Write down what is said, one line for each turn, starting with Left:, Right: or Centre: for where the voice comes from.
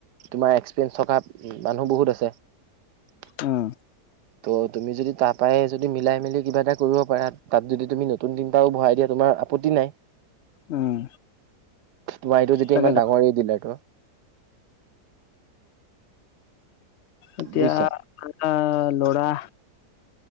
Right: তোমাৰ এক্সপেৰিয়েঞ্চ থকা মানুহ বহুত আছে।
Left: উম।
Right: টো তুমি যদি তাৰ পৰাই যদি মিলাই মেলি কিবা এটা কৰিব পাৰা তাত যদি তুমি নতুন তিনিটাও ভৰাই দিয়া তোমাৰ আপ আপত্তি নাই।
Left: উম।
Right: তোমাৰ এইটো যেতিয়া
Left: তাকে
Right: ইমান ডাঙৰ এই ডিলাৰটো।
Left: এতিয়া
Right: বুজিছা
Left: আমাৰ ল'ৰা